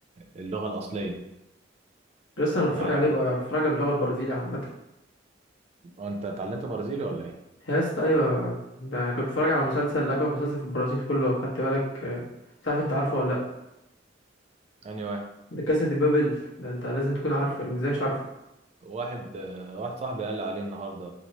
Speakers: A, on the right; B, on the left.
A: اللغه الاصليه
B: لسه انا بتفرج
A: يعني
B: عليه بقى بتفرج على باللغه البرازيليه عامه
A: انت اتعلمت برازيلي ولا ايه
B: يا اسطى ايوه ده كنت بتفرج على مسلسل اجمل مسلسل في البرازيل كله لو خدت بالك آه، مش عارف انت عارفه ولا لا
A: اني واحد
B: ده كاسا دي بابل ده انت لازم تكون عارفه يعني ازاي مش عارفه
A: واحد آه، واحد صاحبي قال لي عليه النهارده